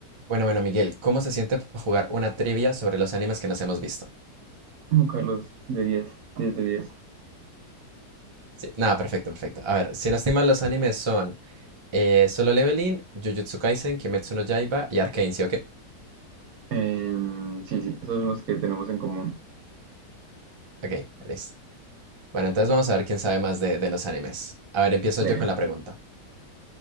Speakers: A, on the right (about 25°); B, on the right (about 65°).
A: Bueno, bueno, Miguel, ¿cómo se siente pa- jugar una trivia sobre los animes que nos hemos visto?
B: No, Carlos, de 10, 10 de 10.
A: Sí, nada, perfecto, perfecto. A ver, si no estoy mal, los animes son eh, Solo Leveling, Jujutsu Kaisen, Kimetsu no Yaiba y Arcane, ¿sí o qué?
B: Em, sí, sí, esos son los que tenemos en común.
A: Ok, listo. Bueno, entonces vamos a ver quién sabe más de, de los animes. A ver, empiezo
B: De,
A: yo con la pregunta.